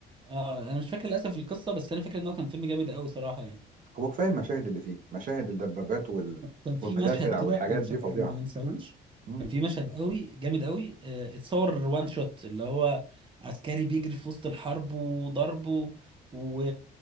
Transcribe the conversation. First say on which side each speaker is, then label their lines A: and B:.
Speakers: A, on the right; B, on the right.
A: آه أنا مش فاكر للأسف القصة بس أنا فاكر إن هو كان فيلم جامد قوي صراحة يعني
B: هو كفايه المشاهد اللي فيه مشاهد الدبابات وال...
A: كان في
B: والمدافع
A: مشهد كده
B: والحاجات
A: أنا مش
B: دي
A: أنا
B: فظيعه
A: ما بنساهوش
B: مم.
A: كان في مشهد قوي جامد قوي آه اتصور وان شوت اللي هو عسكري بيجري في وسط الحرب وضرب و... و...